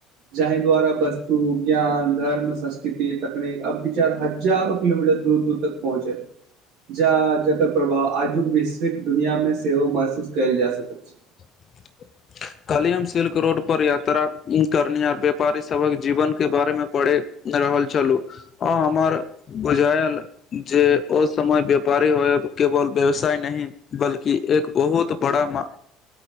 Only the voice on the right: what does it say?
जाहि द्वारा वस्तु, ज्ञान, धर्म, संस्कृति, तकनीक आ विचार हजारो किलोमीटर दूर दूर तक पहुँचल। जा जकर प्रभाव आजुक वैश्विक दुनिया मे सेहो महसूस कयल जा सकैत छै।